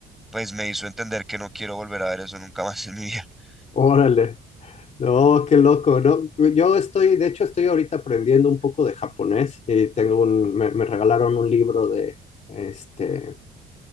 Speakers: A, in the centre; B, on the left.
A: pues me hizo entender que no quiero volver a ver eso nunca más en mi vida. <laughs>
B: órale. No, qué loco, ¿no? Yo estoy, de hecho, estoy ahorita aprendiendo un poco de japonés y tengo un, me, me regalaron un libro de, este,